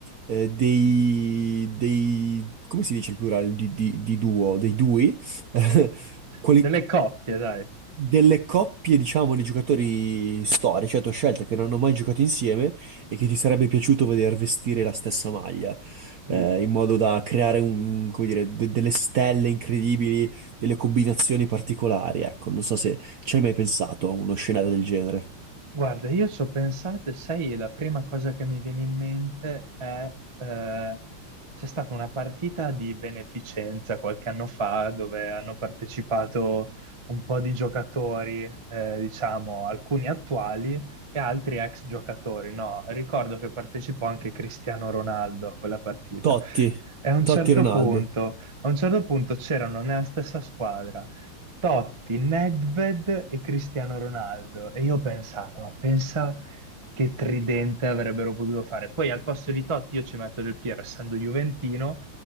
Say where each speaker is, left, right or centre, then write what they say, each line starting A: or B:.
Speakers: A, on the right; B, on the right.
A: eh, dei, dei, come si dice il plurale di, di- di duo, dei dui? <laughs> quali-
B: Delle coppie, dai.
A: delle coppie, diciamo, di giocatori storici a tua scelta che non hanno mai giocato insieme e che ti sarebbe piaciuto vedere vestire la stessa maglia, eh,
B: Uh.
A: in modo da creare un- come dire, de- delle stelle incredibili, delle combinazioni particolari. Ecco, non so se ci hai mai pensato a uno scenario del genere.
B: Guarda, io ci ho pensato e sai, la prima cosa che mi viene in mente è eh, c'è stata una partita di beneficenza qualche anno fa dove hanno partecipato un po' di giocatori, eh, diciamo, alcuni attuali e altri ex giocatori. No, ricordo che partecipò anche Cristiano Ronaldo a quella partita.
A: Totti,
B: E a un
A: Totti
B: certo
A: Ronaldo.
B: punto, a un certo punto c'erano nella stessa squadra. Totti, Nedved e Cristiano Ronaldo. E io ho pensato, ma pensa che tridente avrebbero potuto fare. Poi al posto di Totti io ci metto Del Piero, essendo juventino,